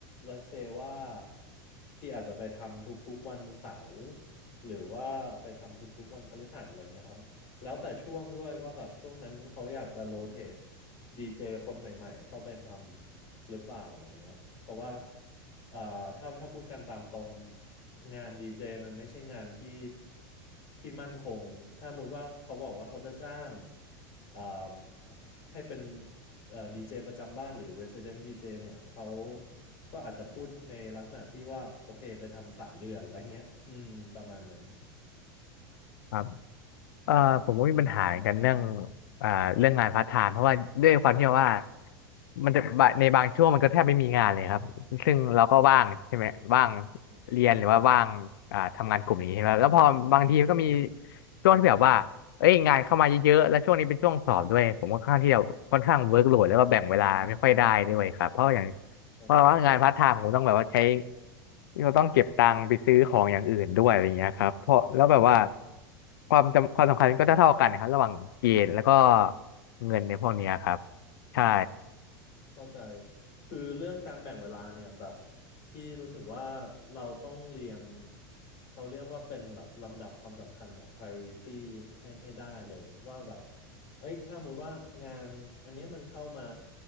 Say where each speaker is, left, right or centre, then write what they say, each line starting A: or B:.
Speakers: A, on the left; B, on the left.
A: let's say ว่าพี่อาจจะไปทำทุกๆวันเสาร์หรือว่าไปทำทุกๆวันพฤหัสอะไรเงี้ยครับ แล้วแต่ช่วงด้วยว่าแบบช่วงนั้นเขาอยากจะโรเตทดีเจคนใหม่ๆเข้าไปทำ หรือเปล่าอะไรเงี้ย เพราะว่าเอ่อถ้าถ้าพูดกันตามตรงงานดีเจมันไม่ใช่งานที่ที่มั่นคงถ้าสมมติว่าเขาบอกว่าเขาจะจ้างเอ่มให้เป็นเอ่อดีเจประจำบ้านหรือ Resident DJ เจเนี่ยเขาก็อาจจะพูดในลักษณะที่ว่า โอเคไปทำสามเดือน อะไรเงี้ยอืมประมาณนั้น
B: บ เออผมก็มีปัญหาเหมือนกันเรื่องอ่าเรื่องงานพาร์ทไทม์เพราะว่าด้วยความที่ว่ามันจะบะในบางช่วงมันก็แทบไม่มีงานเลยครับซึ่งเราก็ว่างใช่ไหมว่าง
A: อืม
B: เรียนหรือว่าว่างอ่าทำงานกลุ่มนี้ใช่ไหมแล้วพอบางทีมันก็มีช่วงที่แบบว่าเอ้ยงานเข้ามาเยอะๆแล้วช่วงนี้เป็นช่วงสอบด้วยผมค่อนข้างที่จะค่อนข้างเวิร์กโหลดแล้วก็แบ่งเวลาไม่ค่อยได้ด้วยครับเพราะอย่าง
A: อืมเข้าใจ
B: เพราะว่างานพาร์ทไทม์ผมต้องแบบว่าใช้เราต้องเก็บตังค์ไปซื้อของอย่างอื่นด้วยอะไรเงี้ยครับเพราะแล้วแบบว่าความจำความสำคัญก็เท่าๆกันนะครับระหว่างเกรดแล้วก็เงินในพวกเนี้ยครับใช่
A: เข้าใจคือเรื่องการแบ่งเวลาเนี่ยแบบพี่รู้สึกว่าเราต้องเรียงเขาเรียกว่าเป็นแบบลำดับความสำคัญแบบ priority ให้ให้ได้เลยว่าแบบเอ้ยถ้าสมมติว่างานอันเนี้ยมันเข้ามา